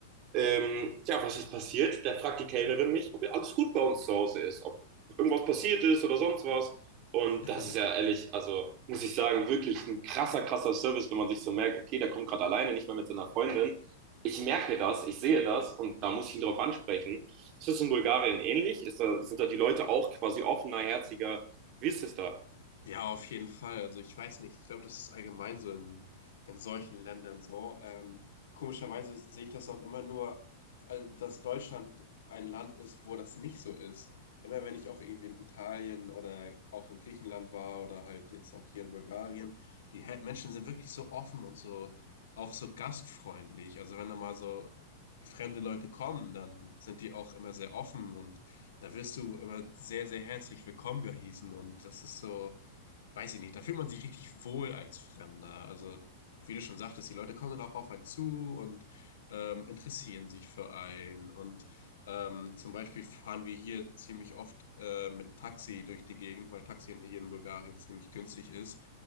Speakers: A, on the right; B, on the left.
A: Ähm, ja, was ist passiert? Da fragt die Kellnerin mich, ob alles gut bei uns zu Hause ist, ob irgendwas passiert ist oder sonst was. Und
B: <laughs>
A: das ist ja ehrlich, also muss ich sagen, wirklich ein krasser, krasser Service, wenn man sich so merkt, okay, der kommt gerade alleine, nicht mehr mit seiner Freundin. Ich merke das, ich sehe das und da muss ich ihn drauf ansprechen. Ist das in Bulgarien ähnlich? Ist da, sind da die Leute auch quasi offener, herziger? Wie ist es da?
B: Ja, auf jeden Fall. Also ich weiß nicht, ich glaube, das ist allgemein so in, in solchen Ländern so. Ähm, komischerweise sehe ich das auch immer nur, äh, dass Deutschland ein Land ist, wo das nicht so ist. Immer wenn ich auch irgendwie in Italien oder auch in Griechenland war oder halt jetzt auch hier in Bulgarien, die He- Menschen sind wirklich so offen und so auch so gastfreundlich. Also wenn da mal so fremde Leute kommen, dann sind die auch immer sehr offen und da wirst du immer sehr, sehr herzlich willkommen geheißen und das ist so weiß ich nicht, da fühlt man sich richtig wohl als Fremder. Also, wie du schon sagtest, die Leute kommen dann auch auf einen zu und ähm, interessieren sich für einen. Und ähm, zum Beispiel fahren wir hier ziemlich oft äh, mit Taxi durch die Gegend, weil Taxi hier in Bulgarien ziemlich günstig ist.